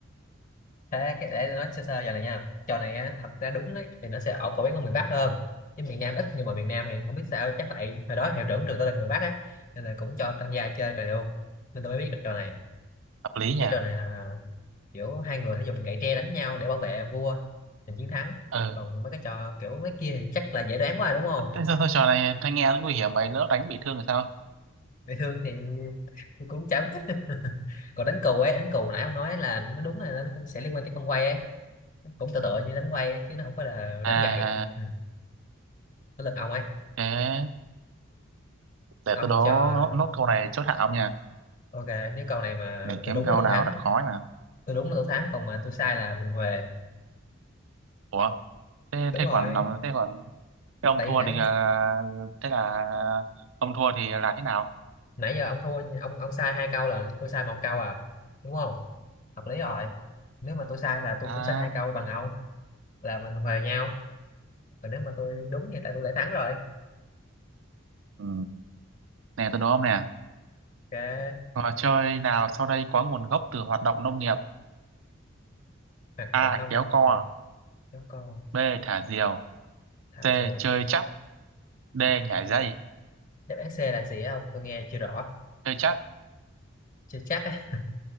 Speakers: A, on the left (about 40°); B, on the right (about 70°).
A: thế cái để tôi nói sơ sơ giờ này nha trò này á thật ra đúng đấy thì nó sẽ ở phổ biến ở miền Bắc hơn chứ miền Nam ít nhưng mà miền Nam thì không biết sao chắc tại hồi đó hiệu trưởng trường tôi là người Bắc ấy nên là cũng cho tham gia chơi trò này luôn nên tôi mới biết được trò này
B: hợp lý nhỉ
A: cái trò này là kiểu hai người sẽ dùng gậy tre đánh nhau để bảo vệ vua giành chiến thắng
B: ừ
A: còn mấy cái trò kiểu mấy kia thì chắc là dễ đoán quá rồi đúng không
B: thế sao, sao trò này thanh nghe nó nguy hiểm vậy lỡ đánh bị thương thì sao
A: bị thương thì tôi cũng chả biết <laughs> còn đánh cù ấy đánh cù hồi nãy ông nói là nó đúng là nó sẽ liên quan tới con quay ấy cũng tựa tựa như đánh quay ấy, chứ nó không phải là
B: à
A: đánh gậy Ừ. tới lượt ông ấy
B: thế để
A: ông
B: tôi đố
A: cho
B: nốt, nốt câu này chốt hạ ông nha
A: ok nếu câu này mà
B: để kiếm
A: tôi đúng
B: câu
A: là tôi
B: nào
A: thắng
B: thật khó nè
A: tôi đúng là tôi thắng còn mà tôi sai là mình huề
B: ủa thế
A: đúng
B: thế
A: rồi
B: còn làm thế còn thế ông
A: tại
B: thua
A: vì nãy
B: thì à, thế là ông thua thì là thế nào
A: nãy giờ ông thua ông ông sai hai câu là tôi sai một câu à đúng không hợp lý rồi nếu mà tôi sai là tôi
B: à,
A: cũng sai hai câu bằng ông là mình huề nhau còn nếu mà tôi đúng thì tại tôi đã thắng rồi
B: ừ. nè tôi đố ông nè
A: ok
B: Trò chơi nào sau đây có nguồn gốc từ hoạt động nông nghiệp?
A: hoạt
B: A.
A: động nông
B: Kéo co
A: nghiệp giống con
B: B. Thả diều
A: thạc
B: C.
A: diều
B: Chơi chắc D. Nhảy dây
A: đáp án C là gì không? tôi nghe chưa rõ
B: Chơi chắc
A: chưa chắc á